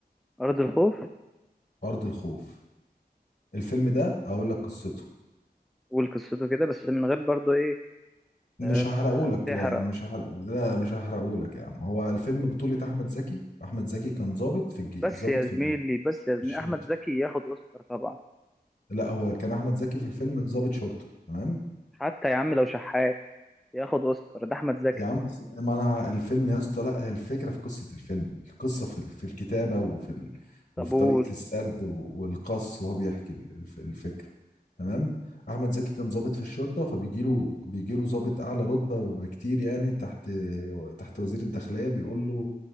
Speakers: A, in the centre; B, on the left (about 50°).
A: أرض الخوف
B: أرض الخوف الفيلم ده أقول لك قصته
A: والقصته كده بس من غير برضه إيه
B: مش
A: آه، ما
B: هحرقهولك
A: تحرق
B: يعني مش هحرق لا مش هحرقهولك يا عم هو الفيلم بطولة أحمد زكي أحمد زكي كان ضابط في الجي...
A: بس
B: ضابط
A: يا
B: في
A: زميلي
B: ال-
A: بس يا
B: في
A: زميلي
B: الشرطة
A: أحمد زكي ياخد أوسكار طبعا
B: لا هو كان أحمد زكي في الفيلم ضابط شرطة تمام
A: حتى يا عم لو شحات ياخد أوسكار ده أحمد زكي
B: يا عم بس ما انا الفيلم يا اسطى لا الفكره في قصه الفيلم القصه في في الكتابه وفي ال...
A: طب
B: وفي
A: قول
B: طريقه السرد و- والقص وهو بيحكي ال- الف- الفكره تمام احمد زكي كان ضابط في الشرطه فبيجي له بيجي له ضابط اعلى رتبه بكتير يعني تحت تحت وزير الداخليه بيقول له